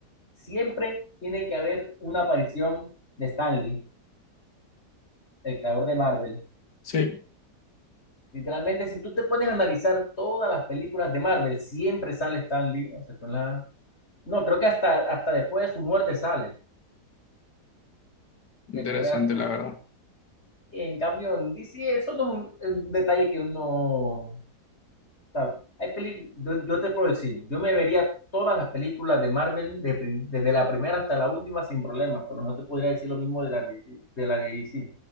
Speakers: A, on the left (about 40°); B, on the left (about 80°).
A: siempre tiene que haber una aparición de Stan Lee, el creador de Marvel.
B: Sí,
A: Literalmente, si tú te pones a analizar todas las películas de Marvel, siempre sale Stan Lee, excepto en la... No, creo que hasta, hasta después de su muerte sale,
B: interesante,
A: ya que veas tú.
B: la verdad.
A: En cambio, en DC, eso no es un, un detalle que uno sea, hay peli- yo, yo te puedo decir, yo me vería todas las películas de Marvel de prim- desde la primera hasta la última sin problemas, pero no te podría decir lo mismo de la de, de la de DC.